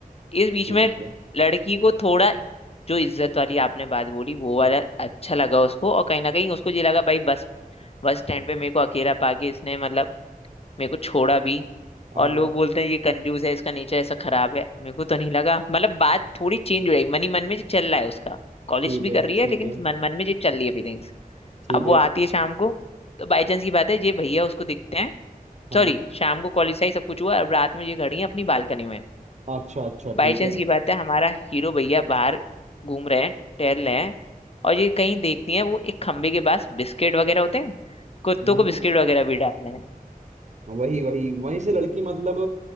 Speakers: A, on the left; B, on the right.
A: इस बीच
B: ठीक
A: में
B: है
A: लड़की को थोड़ा जो इज्जत वाली आपने बात बोली वो वाला अच्छा लगा उसको और कहीं ना कहीं उसको ये लगा भाई बस बस स्टैंड पे मेरे को अकेला पाके इसने मतलब मेरे को छोड़ा भी
B: हाँ
A: और लोग बोलते हैं ये कंजूस है इसका नेचर ऐसा खराब है मेरे को तो नहीं लगा मतलब बात थोड़ी चेंज हो रही मन ही मन में जो चल रहा है उसका कॉलेज
B: ठीक
A: भी
B: है
A: कर रही है
B: ठीक
A: लेकिन
B: है
A: मन मन में जो चल रही है फीलिंग्स
B: ठीक
A: अब वो
B: है
A: आती है शाम को तो बाई चांस की बात है ये भैया उसको दिखते हैं
B: हाँ
A: सॉरी शाम को कॉलेज से ही सब कुछ हुआ अब रात में ये खड़ी है अपनी बालकनी में
B: अच्छा अच्छा
A: बाई
B: ठीक
A: चांस
B: है
A: की बात है हमारा हीरो भैया बाहर घूम रहे हैं टहल रहे हैं और ये कहीं देखती है वो एक खंबे के पास बिस्किट वगैरह होते हैं कुत्तों
B: हम्म
A: को बिस्किट वगैरह भी डाल रहे हैं
B: वही वही वहीं से लड़की मतलब